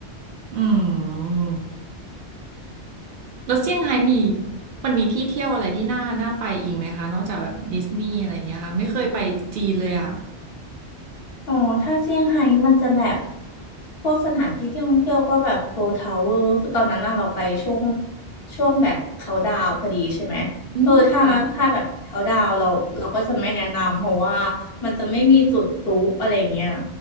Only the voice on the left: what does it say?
อ๋อถ้าเซี่ยงไฮ้มันจะแบบพวกสถานที่ท่องเที่ยวก็แบบโพทาวเวอร์คือตอนนั้นน่ะเราไปช่วงช่วงแบบเขาดาวน์พอดีใช่ไหมเออถ้าถ้าแบบเขาดาวน์เราเราก็จะไม่แนะนำเพราะว่า
มันจะไม่มีจุดพลุอะไรเงี้ย